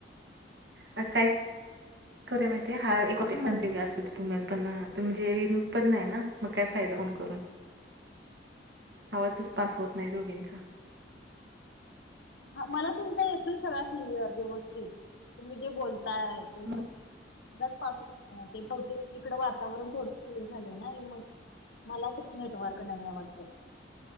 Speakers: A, on the right; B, on the left.
A: अ काय करूया माहिती आय एकटी <unintelligible> देऊया असूदे तुम्ही पण त म्हणजे इन पण नाय ना. मग काय फायदा होऊन करून आवाजच पास होत नाय दोघींचा.
B: हा मला तुमचा येतोय सगळा क्लिअर व्यवस्थित तुम्ही जे बोलताय ते
A: मग
B: स माझाच पास होत नाय, ते बहुतेक इकड वातावरण थोडंस हे झालंय ना मग मलाच नेटवर्क नाहीये वाटतं.